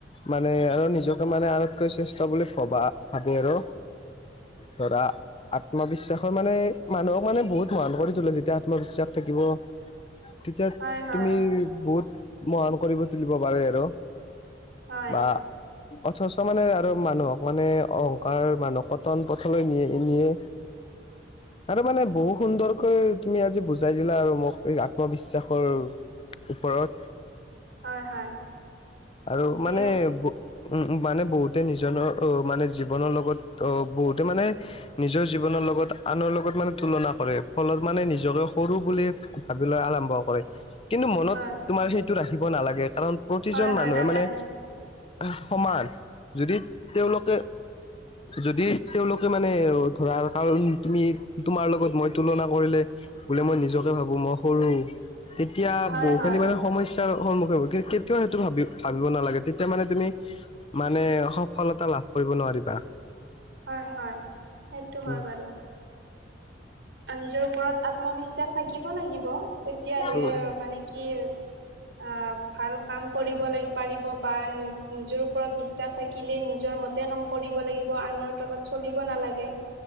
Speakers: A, on the left; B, on the right.
A: মানে আৰু নিজকে মানে আনতকৈ শ্ৰেষ্ঠ বুলি ভবা ভাবি আৰু ধৰা আত্মবিশ্বাসৰ মানে মানুহক মানে বহুত মানুহ কৰি তোলে যেতিয়া আত্মবিশ্বাস থাকিব তেতিয়া
B: হয় হয়
A: তুমি বহুত মহান কৰিব তুলিব পাৰে আৰু
B: হয়
A: বা অথচ মানে মানুহক মানে অহংকাৰ মানুহক পটন পথলৈ নিয়ে নিয়ে
B: <inaudible>
A: আৰু মানে বহু সুন্দৰকৈ তুমি আজি বুজাই দিলা আৰু মোক এই আত্মবিশ্বাসৰ ওপৰত
B: হয় হয়
A: আৰু
B: ময়ো
A: মানে উম মানে বহুতে নিজৰনৰ অ মানে জীৱনৰ লগত অ বহুতে মানে নিজৰ জীৱনৰ লগত আনৰ লগত মানে তুলনা কৰে ফলত মানে নিজকে সৰু বুলি ভাবি লৈ আৰম্ভ কৰে কিন্তু মনত
B: হয়
A: তোমাৰ সেইটো ৰাখিব নালাগে কাৰণ প্ৰতিজন
B: হয় হয়
A: মানুহে
B: নালাগে
A: মানে সমান যদি তেওঁলোকে যদি তেওঁলোকে মানে ধৰাৰ কাৰণ তুমি তোমাৰ লগত মই তুলনা কৰিলে বোলে মই নিজকে ভাবো মই সৰু তেতিয়া
B: হয়
A: বহু
B: হয়
A: খিনি মানে সমস্যা সমস্যাৰ সন্মুখীন কেতিয়াও সেইটো ভ ভাবিব নালাগে তেতিয়া মানে তুমি মানে সফলতা লা <unintelligible> লাভ কৰিব নোৱাৰিবা
B: হয় হয় সেইটো
A: উম
B: হয় বাৰু নিজৰ ওপৰত আত্মবিশ্বাস থাকিব লাগিব তেতিয়াহে
A: উম
B: মানে কি অ ভাল কাম কৰিব লাগ পাৰিব বা নিজৰ ওপৰত বিশ্বাস থাকিলে নিজৰ মতে কাম কৰিব লাগিব আনৰ লত চলিব নালাগে